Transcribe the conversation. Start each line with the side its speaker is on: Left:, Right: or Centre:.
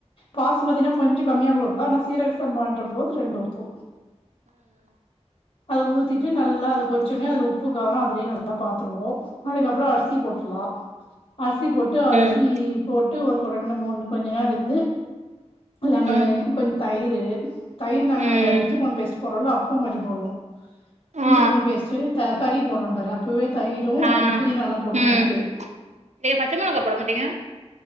Left: பாசுமதினா கொஞ்ச கம்மியா கொட்லாம் ஆனா சீரக சம்பா போத்துல ரெண்டு உப்பு அது ஊத்திட்டு நல்லா கொச்சி ஒட்னே அதுல உப்பு காரோம் அதுலே நல்லா பாத்துருவோம் அதுகப்புறோம் அரிசி போட்டுக்லாம் அ சி போட்டு அர்சி
Right: ம் ம்
Left: போட்டு ஒரு ரெண்டு மூணு கொஞ்ச நேர வெந்து லெமனு
Right: ம்
Left: கொஞ்ச தயிர் தயிர் நாங்க
Right: ம்
Left: அந்த இஞ்சி பூண்டு பேஸ்ட் போடுறோலோ அப்போ கொஞ்ச போடுவோம் இஞ்சி
Right: ஆ
Left: பூண்டு பேஸ்ட்டு த கறி போடுறோம் பாரு அப்போவே தயிரும்
Right: ஆ
Left: புதினல்லாம் போட்டுருவோம்
Right: ம்
Left: அப்பவே
Right: நீங்க பச்ச மிளகக்கா போட மாட்டீங்க